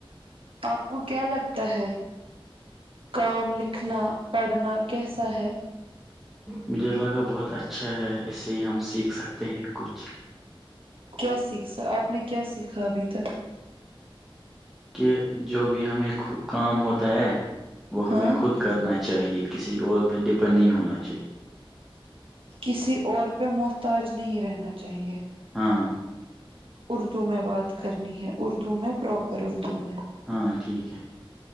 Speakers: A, on the right; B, in the centre.
A: آپ کو کیا لگتا ہے کام لکھنا پڑھنا کیسا ہے
B: مجھے لگا بہت اچھا ہے اس سے ہی ہم سیکھ سکتے ہیں کچھ
A: کیا سیکھ سا آپ نے کیا سیکھا ابھی تک
B: کہ جو بھی ہمیں کام ہوتا ہے وہ
A: ہاں
B: ہمیں خود کرنا چاہیے کسی اور پہ ڈپینڈ نہیں ہونا چاہیے
A: کسی اور پہ محتاج نہیں رہنا چاہیے
B: ہاں
A: اردو میں بات کرنی ہے اردو میں پراپر اردو میں
B: ہاں ٹھیک ہے